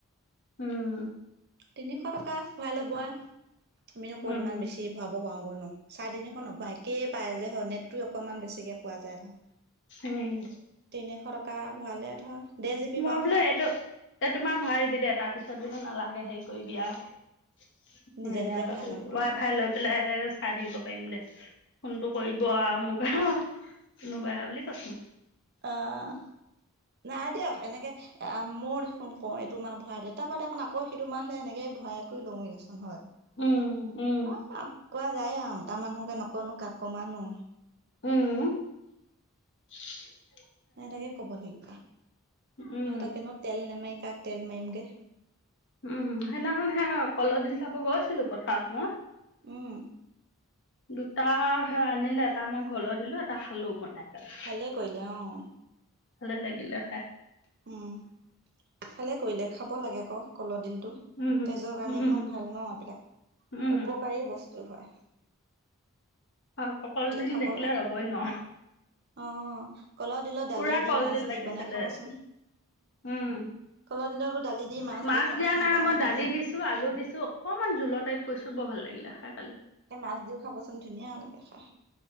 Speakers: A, on the left (about 60°); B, on the right (about 50°).
A: উম।
B: তিনিশ টকা ভৰাই ল'ব আমিনো ক'ত
A: উম
B: ইমান বেছি ভৰাব পাৰোগনো। চাৰি তিনিশ নোপোৱা একেই পায় যে হণট। অকণমান বেছিকৈ পোৱা যায় ধৰ
A: উম
B: তিনিশ টকা ভৰালে ধৰ। ডেৰ জি বি
A: মই
B: পাওঁ
A: বোলো এইটো এইটোোমাৰ ভাৰিবি দে তাৰ পিছত বোলো নালাগে হেৰি কৰিবি আৰু।
B: নিজে
A: য়া
B: নিজে ভৰাই ল'ম বোলো
A: ৱাই ফাই লৈ পেলাই চাই থাকিব পাৰিম দে। ফোনটো কৰিব আৰু মোক আৰু, কোনোবাই বুলি কৈছে।
B: অ' নাই দিয়ক এনেকে এ মই দেখোন কওঁ এইটো মাহ ভৰাই দে তাৰ পৰা দেখোন আকৌ সেইটো মাহ হ'লে সেনেকে ভৰাই কৰি লওঁৱেই চোন হয়।
A: উম।
B: <unintelligible>
A: উম
B: কোৱা যায় আৰু মতা মানুহকে নকয়নো কাক ক'ম আৰ নো।
A: উম <inaudible>
B: এহঁতকে ক'ব লাগি
A: উম
B: সিহঁতক কেনো তেল নেমাৰি কাক তেল মাৰিমগে।
A: উম, সেইদিনাখন হে কলডিল চাব গৈছিলো পথাৰত মই।
B: হম।
A: দুটা আনিলে এটা মই ঘৰলৈ দিলো এটা খালো বনাই। পেলাই
B: ভালে কৰিলে অ'।
A: ভালে লাগিলে খায়।
B: উম, ভালে কৰিলে খাব লাগে আকৌ কলডিল <unintelligible>
A: উম
B: তেজৰ কাৰণে
A: উম
B: ইমান ভাল ন এইবিলাক,
A: উম
B: উপকাৰী বস্তু হয়।
A: অ' কলডিল
B: খাব
A: দেখিলে
B: লাগে
A: ৰ'বই নোৱাৰো।
B: অ কলডিলৰ দালি
A: পুৰা
B: দি
A: কলডিল
B: মাছ দি
A: লাগিছে
B: বনাই
A: দে
B: খাবচোন
A: উম।
B: কলৰ দিলত বোৰ দালি দি
A: মাছ
B: দি খাবচোন
A: দিয়া নাই
B: বনাই
A: মই
B: ধুনীয়া
A: দালি
B: লাগে
A: দিছো, আলু দিছো অকমান জুলোৱা টাইপ কৈছো বৰ ভাল লাগিলে খাই কালি।
B: এ মাছ দিওঁ খাবচোন ধুনীয়া লাগে খাই।